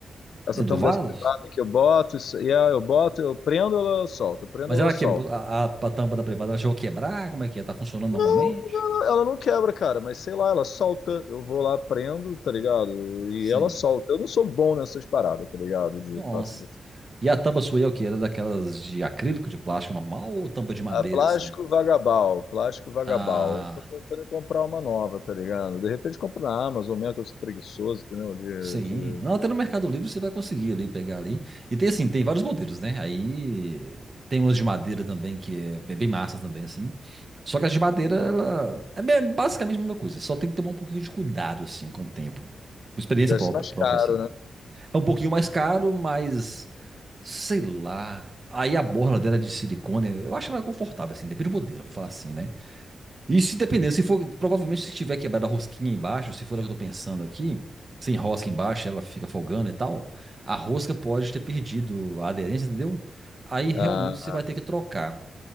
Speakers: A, on the left; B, on the right.
A: essa
B: É do
A: tampa
B: vaso?
A: dessa privada que eu boto, isso- e ah, eu boto, eu prendo, ela solta, eu prendo,
B: Mas
A: ela
B: ela
A: solta.
B: quebrou a, a, a tampa da privada, ela chegou a quebrar? Como é que é? Tá funcionando
A: Não,
B: normalmente?
A: ela, ela não quebra, cara, mas sei lá, ela solta, eu vou lá, prendo, tá ligado? E
B: Sim.
A: ela solta. Eu não sou bom nessas paradas, tá ligado? De
B: Nossa.
A: fazer
B: E a tampa sua aí é o quê? Era daquelas de acrílico, de plástico normal ou tampa de madeira,
A: Ah, plástico
B: assim?
A: vagabal, plástico vagabal.
B: Ah.
A: Eu tô pensando em comprar uma nova, tá ligado? De repente compro na Amazon mesmo, que eu sou preguiçoso, entendeu? De,
B: Sim,
A: de...
B: não, até no Mercado Livre você vai conseguir ali pegar ali. E tem assim, tem vários modelos, né? Aí tem umas de madeira também que é bem bem massa também assim. Só que as de madeira ela é bem- basicamente a mesma coisa, só tem que tomar um pouquinho de cuidado assim com o tempo. Uma experiência
A: Deve
B: própria,
A: ser mais
B: própria
A: caro,
B: assim.
A: né?
B: É um pouquinho mais caro, mas sei lá. Aí a borla dela é de silicone, eu acho ela confortável assim, depende do modelo, vou falar assim, né? E se dependendo, se for, provavelmente se tiver quebrado a rosquinha embaixo, se for a que eu tô pensando aqui, sem rosca embaixo, ela fica folgando e tal, a rosca pode ter perdido a aderência, entendeu? Aí realmente
A: Ah,
B: você vai ter que trocar,